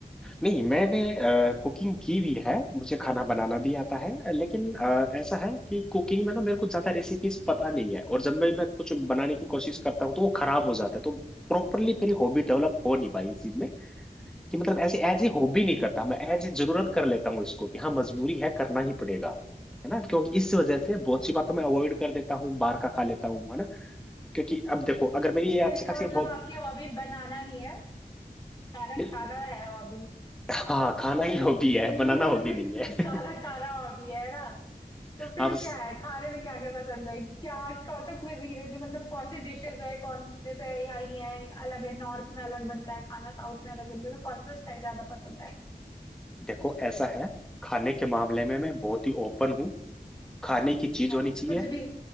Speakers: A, in the centre; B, on the left (about 25°).
A: नहीं मैंने कुकिंग की भी है मुझे खाना बनाना भी आता है लेकिन अ, ऐसा है कि कुकिंग में ना मेरे को ज्यादा रेसिपीज पता नहीं है और जब मैं, मैं कुछ बनाने की कोशिश करता हूँ तो वो खराब हो जाता है तो प्रॉपरली मेरी हॉबी डेवलप हो नहीं पाई इस चीज में कि मतलब
B: अच्छा
A: ऐसे एज ए हॉबी नहीं करता
B: तो
A: मैं एज ए जरूरत कर लेता हूँ इसको कि हाँ मजबूरी है करना ही पड़ेगा है ना क्योंकि इस वजह से बहुत सी बातों में अवॉइड कर देता हूँ बाहर का खा लेता हूँ है ना क्योंकि अब देखो अगर मेरी ये अच्छी
B: तो इसका
A: खासी
B: मतलब
A: हॉबी
B: आपकी हॉबी बनाना नहीं है खाना
A: नहीं
B: खाना है हॉबी
A: हाँ खाना ही हॉबी है
B: यही
A: बनाना
B: हो
A: हॉबी
B: सकता है
A: नहीं है
B: खाना खाना हॉबी है ना तो फिर
A: हाँ बस
B: क्या है खाने में क्या क्या पसंद है क्या कौन सा क्विजीन है जो मतलब कौन से डिशेस है कौन जैसे यहाँ ये है अलग है नॉर्थ में अलग बनता है खाना साउथ में अलग बनता है तो कौन सा स्टाइल ज्यादा पसंद है
A: देखो ऐसा है खाने के मामले में मैं बहुत
B: हाँ
A: ही ओपन हूँ खाने की चीज
B: हाँ
A: होनी चाहिए
B: कुछ भी